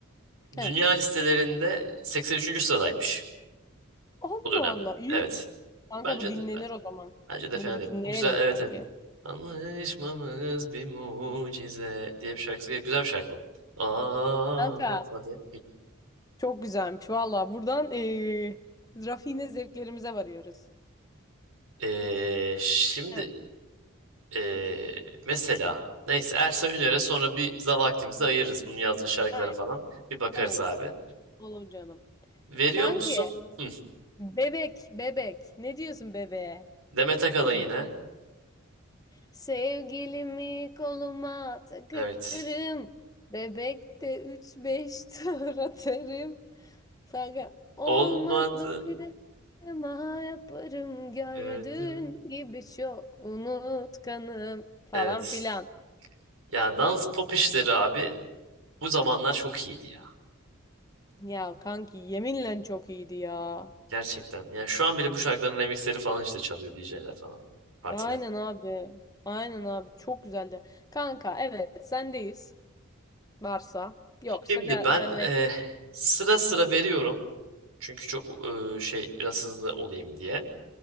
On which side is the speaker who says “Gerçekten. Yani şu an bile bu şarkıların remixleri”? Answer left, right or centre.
Right